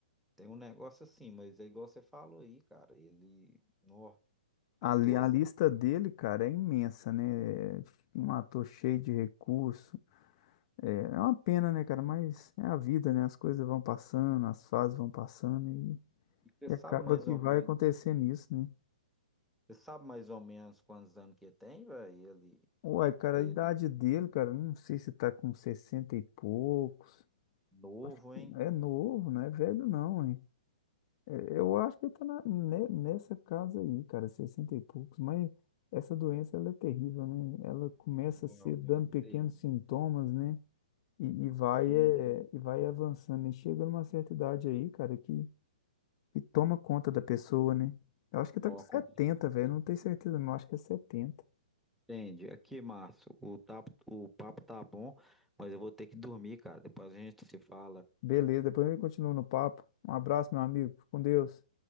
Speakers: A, in the centre; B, on the left.
A: Tem um negócio assim, mas é igual você falou aí, cara, ele, nó,
B: A,
A: atosado.
B: li- a lista dele, cara, é imensa, né? É Um ator cheio de recurso. É, é uma pena, né, cara? Mas é a vida, né? As coisas vão passando, as fases vão passando e,
A: E você
B: e
A: sabe
B: acaba
A: mais
B: que
A: ou
B: vai
A: menos,
B: acontecendo isso, né?
A: você sabe mais ou menos quantos anos que tem, velho? Ele,
B: Uai, cara,
A: pra
B: a
A: ele
B: idade
A: ter chegado
B: dele, cara, não sei se tá com 60 e poucos.
A: Novo,
B: Acho que
A: hein?
B: é novo, não é velho, não, hein? É, eu acho que ele tá na- ne- nessa casa aí, cara, 60 e poucos, mas. Essa doença ela é terrível, né? Ela começa
A: Não
B: a ser
A: é uma
B: dando
A: doença
B: pequenos
A: terrível,
B: sintomas, né? E, e vai,
A: Uhum.
B: é, e vai avançando. E chega numa certa idade aí, cara, que, que toma conta da pessoa, né? Eu acho que
A: Nó
B: tá com 70
A: complicado,
B: velho.
A: hein?
B: Não tenho certeza, não. Acho que é setenta
A: Entende? Aqui, Márcio, o, tapo- o papo tá bom, mas eu vou ter que dormir, cara. Depois a gente se fala.
B: Beleza, depois a gente continua no papo. Um abraço, meu amigo. Fica Com Deus.